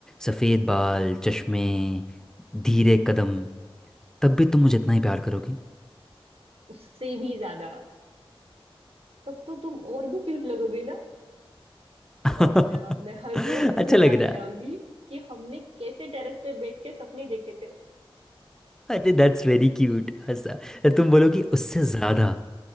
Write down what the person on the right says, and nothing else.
उससे भी ज्यादा तब तो तुम और भी क्यूट लगोगे ना
और अ, मैं हर रोज तुम्हें
याद
दिलाऊंगी
कि हमने कैसे टेरेस पे बैठ के सपने देखे थे
हम्म।